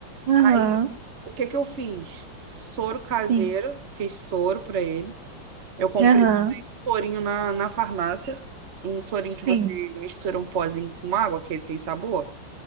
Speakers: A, on the right (about 65°); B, on the right (about 40°).
A: Aham.
B: Aí, o que que eu fiz? Soro caseiro,
A: Sim.
B: fiz soro pra ele. Eu comprei
A: Aham.
B: também um sorinho na, na farmácia, um sorinho que
A: Sim.
B: você mistura um pozinho com água, que ele tem sabor.